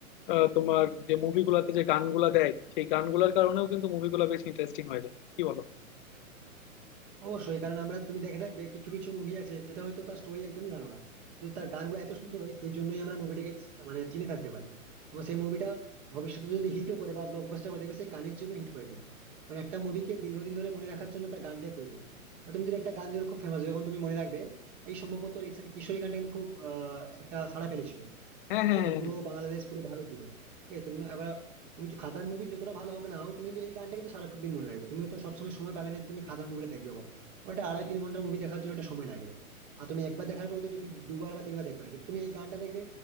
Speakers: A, on the left; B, on the right.
A: আহ, তোমার যে মুভিগুলাতে যে গানগুলা দেয় সেই গানগুলার কারণেও কিন্তু মুভিগুলা বেশ ইন্টারেস্টিং হয়ে যায় কি বলো
B: অবশ্যই কারণ আমরা তুমি দেখে থাকবে কিছু কিছু মুভি আছে যেটা হয়তো তার স্টোরি একদমই ভালো না তো তার গানগুলো এত সুন্দর হয় সেই জন্যই আমরা মুভিটাকে মানে চিনে থাকতে পারি এবং সেই মুভিটা ভবিষ্যতে যদি হিটও করে বা ব্লকবাস্টার করে দেখবে সেই গানের জন্য হিট করে কিন্তু কারণ একটা মুভিকে দীর্ঘদিন ধরে মনে রাখার জন্য তার গানটাই প্রয়োজন তা তুমি যদি একটা গান যখন খুব ফেমাস যখন তুমি মনে রাখবে এই সম্ভবত রিসেন্ট কিশোরী গানটা কিন্তু খুব আহ, একটা সাড়া ফেলেছিল
A: হ্যাঁ হ্যাঁ
B: ঠিক আছে
A: হ্যাঁ
B: পুরো
A: হ্যাঁ
B: বাংলাদেশ পুরো ভারত জুড়ে ঠিক আছে তুমি এবার তুমি যে খাদার মুভি যতটা ভালো হোক না হোক তুমি কিন্তু এই গানটা কিন্তু সারাদিন মনে রাখবে তুমি তো সবসময় সময় পাবে না যে তুমি খাদার মুভিটা দেখবে বলে ওটা আড়াই তিন ঘন্টার মুভি দেখার জন্য একটা সময় লাগে আর তুমি একবার দেখার পরে তো তুমি দুবার বা তিনবার দেখবে না কিন্তু তুমি এই গানটা দেখবে